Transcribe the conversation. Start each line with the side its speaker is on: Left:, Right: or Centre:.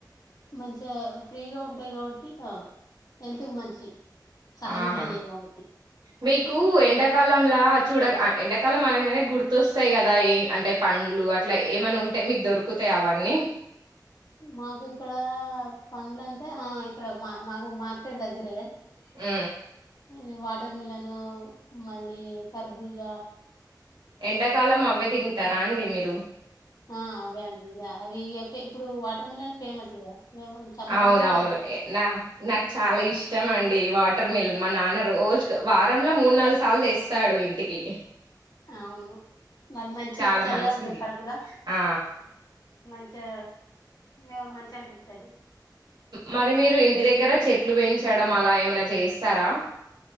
Left: మంచిగా ఫ్రీగా ఉంటాయి కాబట్టి ఆ హెల్త్కి మంచియి సహజమైనయి
Right: ఆహా
Left: కాబట్టి.
Right: బకు ఎండకాల లా చూడ ఎండకాల మనంగానే గుర్తొస్తాయి కదా ఏ అంటే పండ్లు అట్లా ఏమన్నా ఉంటే మీకు దొరుకుతాయి అవన్నీ
Left: మాకు ఇక్కడ పండ్ల అంటే ఆ ఇక్కడ మా మాకు మార్కెట్ దగ్గరే
Right: మ్
Left: ఇ వాటర్ మిలనూ మళ్ళీ కర్బూజ
Right: ఎండాకాలం అవే తింటారా అండి మీరు
Left: ఆ! అవే అండి. యాహ్! అవి ఎఫె ఇప్పుడు వాటర్ మిలన్ ఫేమస్ గదా! ఏమో సమ్మర్
Right: అవునవును
Left: అంటే ఇగ అదే.
Right: నా నాక్ చాలా ఇష్ ఇష్టమండి వాటర్ మిలన్ మా నాన్న రోజు వారంలో మూడ్ నాలుగుసార్లు తెస్తాడు ఇంటికి
Left: అవును అది మంచిది
Right: చాలా
Left: చల్లగుంటది
Right: మంచిది
Left: కడుపులో
Right: ఆ
Left: మంచిగ ఆ మంచిఅనిపిస్తది
Right: మరి మీరు ఇంటి దగ్గర చెట్లు పెంచడం అలా ఏమైనా చేస్తారా?